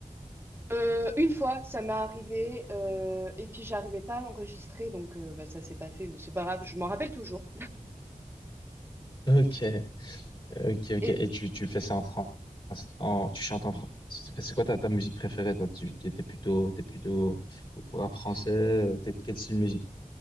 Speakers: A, on the right; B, on the left.
A: Euh, une fois, ça m'est arrivé euh, et puis j'arrivais pas à l'enregistrer donc euh, bah, ça s'est pas fait, mais c'est pas grave, je m'en rappelle toujours.
B: Ok, Ok, ok.
A: Et
B: Et tu, tu fais ça en France, en, tu chantes en France. C'est quoi ta, ta musique préférée, toi? Tu t'es t'es plutôt, t'es plutôt rap français, euh, t'es de quel style de musique?